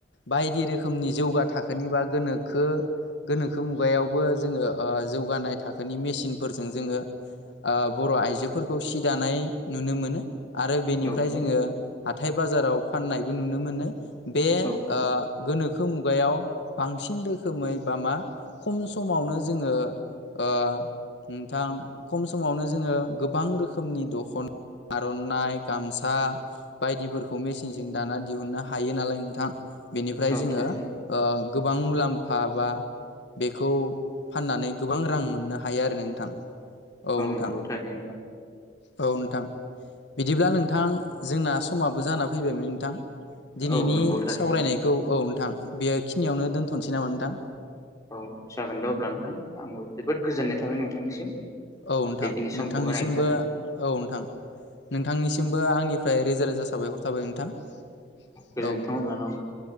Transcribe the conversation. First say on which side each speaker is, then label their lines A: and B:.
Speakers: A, on the left; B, on the left.
A: बायदि रोखोमनि जौगा थाखोनि बा गोनोखो गोनोखो मुगायावबो जोङो ओ जौगानाय थाखोनि मेसिनफोरजों जोङो ओ बर' आइजोफोरखौ सि दानाय नुनो मोनो। आरो बेनिफ्राय
B: औ थारैनो
A: जोङो हाथाय बाजाराव फाननायबो नुनो मोनो बे
B: औ
A: ओ गोनोखो मुगायाव बांसिन रोखोमै बा मा खम समावनो जोङो ओ नोंथां खम समावनो जोङो गोबां रोखोमनि दख'ना आर'नाइ, गामसा बायदिफोरखौ मेसिनजों दाना दिहुननो हायो नालाय नोंथां बेनिफ्राय
B: औ
A: जोङो
B: थारैनो
A: ओ गोबां मुलाम्फा बा बेखौ फाननानै गोबां रां मोननो हायो आरो नोंथां। औ नोंथां
B: नंगौ थारैनो नोंथां
A: औ नोंथां बिदिब्ला नोंथां जोंना समाबो जाना फैबायमोन नोंथां। दिनैनि
B: औ नंगौ थारैनो
A: सावरायनायखौ औ नोंथां बेयो खिनियावनो दोनथ'नोसै नामा नोंथां?
B: औ जागोन दे अब्ला नोंथां आंबो जोबोद गोजोननाय थाबाय नोंथांनिसिम।
A: औ नोंथां
B: बेखिनि समखौ
A: नोंथांनिसिमबो
B: होनायनि थाखाय
A: औ नोंथां नोंथांनिसिमबो आंनिफ्राय रोजा रोजा साबायखर जाबाय नोंथां औ
B: गोजोन्थों
A: नोंथां
B: अब्ला ना